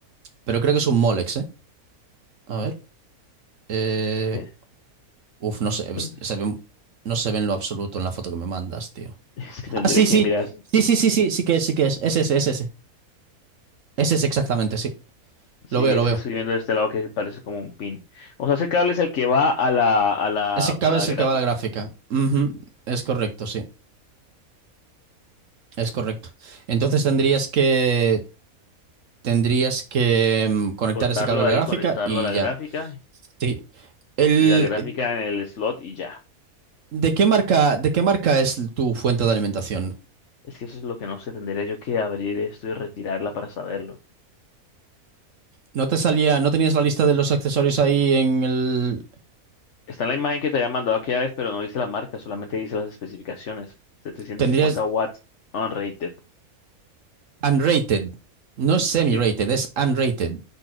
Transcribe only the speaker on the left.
<laughs>
pero
es que tendría
que
mirar.
Sí,
es
que estoy viendo de este lado que parece como un pin. O sea, ese cable es el que va a la, a la,
a
la
gráfica.
Soltarlo
ahí,
conectarlo
a la
gráfica
y la gráfica en el slot y ya.
Es que eso es lo que no sé, tendría yo que abrir esto y retirarla para saberlo.
Está en la imagen que te había mandado aquella vez, pero no dice la marca, solamente dice las especificaciones. 750
watts unrated.
Sí.